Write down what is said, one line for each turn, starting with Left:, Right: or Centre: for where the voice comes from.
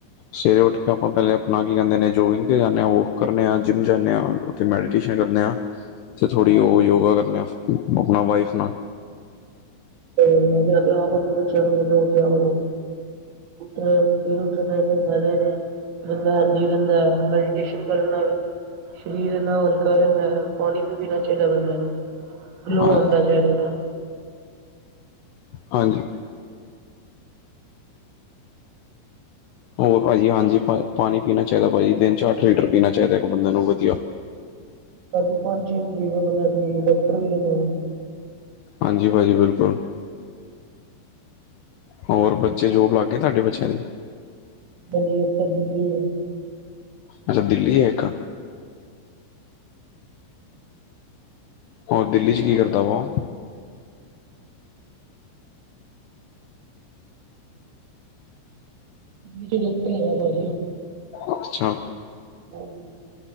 Left: ਸਵੇਰੇ ਉੱਠ ਕੇ ਆਪਾਂ ਪੈਲੇ ਅਪਣਾ ਕੀ ਕੈੰਦੇ ਨੇ ਜੋਗਿੰਗ ਤੇ ਜਾਂਣੇ ਆਂ, ਵੋਕ ਕਰਨੇ ਆਂ, ਜਿੰਮ ਜਾਂਣੇ ਆਂ। ਤੇ ਮੈਡੀਟੇਸ਼ਨ ਕਰਨ ਆ ਤੇ ਥੋੜ੍ਹੀ ਉਹ ਯੋਗਾ ਕਰਨੇ ਆ ਆਪਣਾ ਵਾਈਫ ਨਾਲ।
Right: ਮ ਆਪਾਂ ਚ ਨੂੰ ਜਨਾ ਉਠਿਆ ਵ ਤੇ ਫਿਰ ਉੱਠਣ ਦਾ ਇੰਨਾ ਫਾਇਦਾ ਰਿਆ। <unintelligible> ਮੈਡੀਟੇਸ਼ਨ ਕਰਨ ਨਾਲ ਸਰੀਰ ਨਾਲ ਹਲਕਾ ਰਹਿੰਦਾ ਹੈ ਪਾਣੀ ਪਾਣੀ ਪੀਣਾ ਚਾਹੀਦਾ ਬੰਦੇ ਨੂੰ
Left: ਨਾਲ
Right: ਗਲੋ ਆਉਂਦਾ ਚਹਰੇ ਤੇ
Left: ਹਾਂਜੀ। ਹੋਰ ਭਾਜੀ ਹਾਂਜੀ ਪਾਣੀ ਪੀਣਾ ਚਾਹੀਦਾ ਭਾਜੀ ਦਿਨ ਚ ਅੱਠ ਲੀਟਰ ਪੀਣਾ ਚਾਹੀਦਾ ਇੱਕ ਬੰਦੇ ਨੂੰ ਵਧੀਆ।
Right: ਬਸ ਵੀ ਪੰਜ ਛੇ ਲੀਟਰ ਬੰਦਾ ਠੀਕ ਡਾਕਟਰ ਵੀ ਕਹਦੇ ਨੇ।
Left: ਹਾਂਜੀ ਭਾਜੀ ਬਿਲਕੁਲ। ਹੋਰ ਬੱਚੇ ਜੋਬ ਲੱਗ ਗਏ ਤੁਹਾਡੇ ਬੱਚਿਆਂ ਦੇ।
Right: ਹਜੇ ਅਸੀਂ ਤਾਂ ਦਿੱਲੀ
Left: ਅੱਛਾ ਦਿੱਲੀ ਹੈ ਕ ਹੋਰ, ਦਿੱਲੀ ਚ ਕੀ ਕਰਦਾ ਵਾ?
Right: ਦਿੱਲੀ ਵਿੱਚ ਡਾਕਟਰ ਹੈ ਭਾਜੀ ਉਹ।
Left: ਅੱਛਾ।
Right: ਕੋਲਿੰਗ।